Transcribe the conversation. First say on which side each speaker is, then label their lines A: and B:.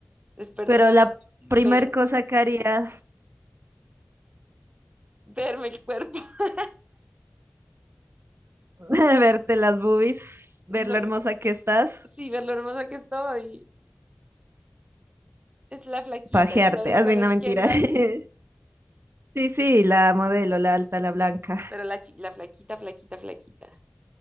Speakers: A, on the right; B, on the right.
A: despertarme,
B: Pero la
A: ve-
B: primer cosa que harías,
A: verme el cuerpo, <laughs>
B: <laughs> verte las boobies, ver
A: no,
B: lo hermosa que estás,
A: sí, ver lo hermosa que estoy. Es la flaquita,
B: pajearte,
A: si sabes
B: así
A: cuál
B: no
A: es
B: mentira.
A: Kendall,
B: <laughs> Sí, sí, la modelo, la alta, la blanca.
A: pero la, chi- la flaquita, flaquita, flaquita.